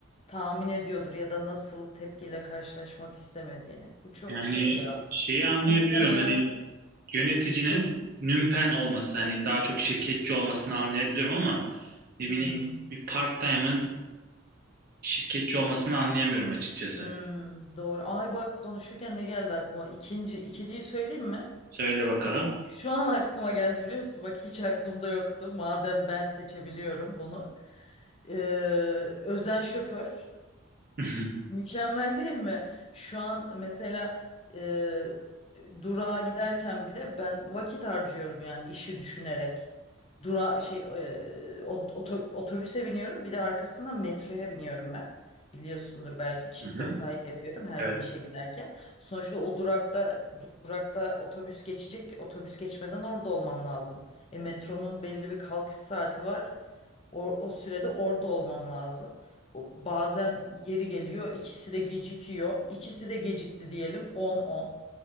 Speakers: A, on the left; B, on the right.
A: tahmin ediyordur ya da nasıl tepkiyle karşılaşmak istemediğini. Bu çok
B: Yani
A: şey ya
B: şeyi anlayabiliyorum
A: muhtemelen
B: hani yöneticinin
A: bu.
B: nümpen olması hani daha çok şirketçi olmasını anlayabiliyorum ama ne bileyim
A: Hı hı.
B: bir part-time'ın şirketçi olmasını anlayamıyorum açıkçası.
A: Hmm, doğru. Ay bak konuşurken ne geldi aklıma? İkinci, ikinciyi söyleyeyim mi?
B: Söyle bakalım.
A: Şu an aklıma geldi biliyor musun? Bak hiç aklımda yoktu. Madem ben seçebiliyorum bunu. Ee, özel şoför.
B: <laughs> Hı
A: Mükemmel değil mi? Şu an mesela e, durağa giderken bile ben vakit harcıyorum yani işi düşünerek. Dura şey e, o- oto- otobüse biniyorum bir de arkasından metroya biniyorum ben. Biliyorsundur belki çift
B: hı.
A: vesait yapıyorum her
B: Evet,
A: gün işe giderken. Sonuçta o durakta durakta otobüs geçecek. Otobüs geçmeden orada olmam lazım. E metronun belli bir kalkış saati var. O, o sürede orada olmam lazım. O, bazen yeri geliyor ikisi de gecikiyor. İkisi de gecikti diyelim 10-10.